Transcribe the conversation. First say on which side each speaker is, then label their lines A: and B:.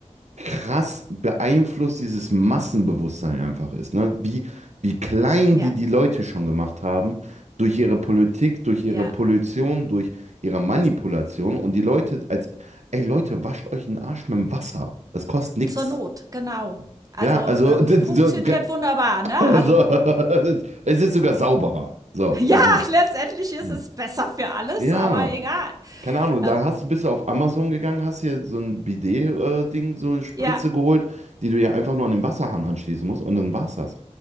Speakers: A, on the right; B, on the right.
A: krass beeinflusst dieses Massenbewusstsein einfach ist. Ne? Wie, wie klein
B: Ja,
A: die die Leute schon gemacht haben durch ihre Politik, durch ihre
B: ja.
A: Pollution, durch ihre Manipulation. Und die Leute als, ey Leute, wascht euch den Arsch mit dem Wasser. Das kostet nix.
B: Zur Not, genau. Also,
A: Ja, also,
B: äh,
A: d-
B: äh, funktioniert
A: so, g-
B: wunderbar, ne?
A: also
B: Also,
A: <laughs> es ist sogar sauberer. So,
B: ja,
A: davon
B: <laughs>
A: mal.
B: letztendlich ist
A: Hm.
B: es besser für alles,
A: Ja,
B: aber egal.
A: Keine Ahnung,
B: Ähm,
A: dann hast, bist du auf Amazon gegangen, hast hier so ein Bidet-Ding, so Spritze
B: ja,
A: geholt, die du ja einfach nur an den Wasserhahn anschließen musst und dann war's das.